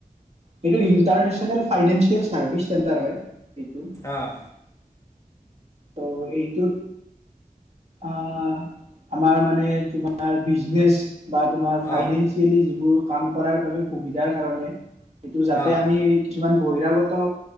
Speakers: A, on the right (about 45°); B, on the left (about 20°).
A: এইটো ইন্টাৰনেছনেলৰ ফাইনেল চাৰ্ভিছ হয়। এইটো
B: অঁ
A: ত' এইটো আহ আমাৰ মানে তোমাৰ বিজনেচ বা তোমাৰ ফাইনেন্সিয়েলি
B: অঁ
A: যিবোৰ কাম কৰাৰ বাবে সুবিধাৰ কাৰণে এইটো যাতে
B: অঁ
A: আমি কিছুমান বহিৰাগত